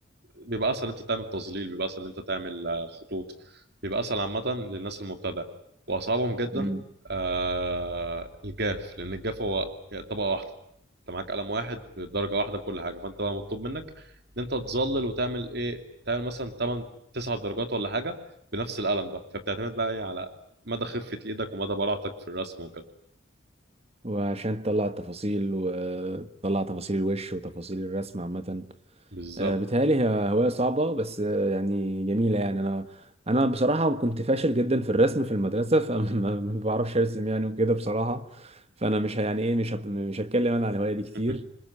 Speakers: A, on the right; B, on the right.
A: بيبقى اسهل انت تعمل تظليل بيبقى اسهل انت تعمل آه، خطوط بيبقى اسهل عامه للناس المبتدئه واصعبهم جدا
B: مم.
A: آه الجاف لان الجاف هو طبقه واحده انت معاك قلم واحد بدرجه واحده بكل حاجه فانت بقى مطلوب منك ان انت تظلل وتعمل ايه تعمل مثلا 8 9 درجات ولا حاجه بنفس القلم ده فبتعتمد بقى ايه على مدى خفه ايدك ومدى براعتك في الرسم وكده
B: وعشان تطلع التفاصيل وتطلع تفاصيل الوش وتفاصيل الرسم عامة
A: بالظبط
B: آه، بيتهيألي هي هواية صعبة بس آه، يعني جميلة يعني أنا أنا بصراحة كنت فاشل جدا في الرسم في المدرسة فما <laughs> ما بعرفش أرسم يعني وكده بصراحة فأنا مش ه- يعني إيه مش هت- مش هتكلم أنا على الهواية دي كتير
A: <laughs>